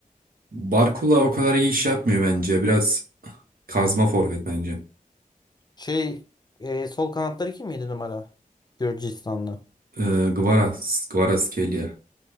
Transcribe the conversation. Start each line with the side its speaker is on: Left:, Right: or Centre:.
Right: Barcola o kadar iyi iş yapmıyor bence. Biraz kazma forvet bence.
Left: Şey e, sol kanatları kim yedi numara? Gürcistanlı.
Right: E, Kvaras, Kvaratskhelia.